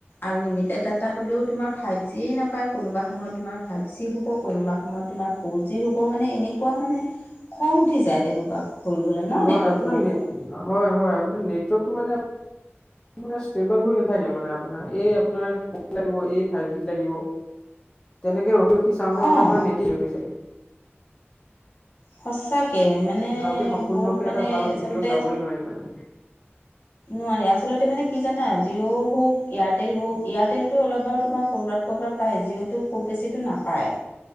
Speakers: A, on the left; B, on the left.
A: আনলিমিটেড ডাটা হ'লেও তোমাৰ ফাইভ জিয়ে নাপায় কোনোবা, সময়ত তোমাক ফাইভ জি হ'ব কোনোবা সময়ত তোমাৰ ফ'ৰ জি হ'ব মানে এনেকুৱা মানে খং উঠি যায়। তেনেকুৱা। হৈ গ'লে ন
B: হয়
A: নেটৱৰ্কটোৰ
B: আপোনাৰ
A: ওপৰত
B: নেট হয়-হয় আপোনাৰ নেটৱৰ্কটো মানে ষ্টেবুল হৈ নাথাকে মানে আপোনাৰ এই আপোনাৰ ফ লাগ এই ফাইভ জ লাগিব। তেনেকে ৰখি-ৰখি চাওঁতে-চাওঁতে
A: অঁ
B: আপোনাৰ নেততেই শেষ হৈ যায়।
A: সঁচাকে মানে
B: ভালকে সম্পূৰ্ণকে
A: বহুত মানে
B: এটা ভাল
A: আচলতে
B: ভিডিঅ' চাবই নোৱাৰি মানে
A: নোৱাৰি আচলতে মানে কি জানা জিঅ' হওক এয়াৰটেল হওক এয়াৰটেলতটো অলপ বাৰু তোমাৰ কবাত ক'ৰবাত পায় যিঅ'টো খুব বেছিটো নাপায়।